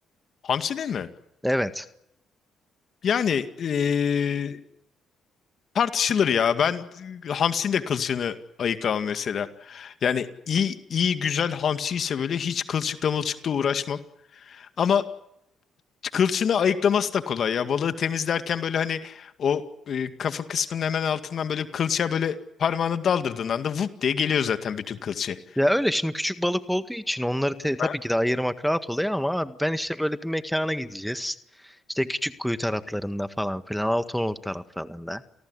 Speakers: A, on the left; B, in the centre.
A: Hamsi değil mi?
B: Evet.
A: Yani eee, tartışılır ya. Ben e, hamsinin de kılçığını ayıklamam mesela. Yani iyi iyi güzel hamsi ise böyle hiç kılçıkla mılçıkla uğraşmam. Ama kılçığını ayıklaması da kolay ya. Balığı temizlerken böyle hani o e, kafa kısmının hemen altından böyle kılçığa böyle parmağını daldırdığın anda vup diye geliyor zaten bütün kılçığı.
B: Ya öyle şimdi küçük balık olduğu için onları te- tabii
A: Ha?
B: ki de ayırmak rahat oluyor ama abi ben işte böyle bir mekana gideceğiz. İşte Küçükkuyu taraflarında falan filan Altınoluk taraflarında.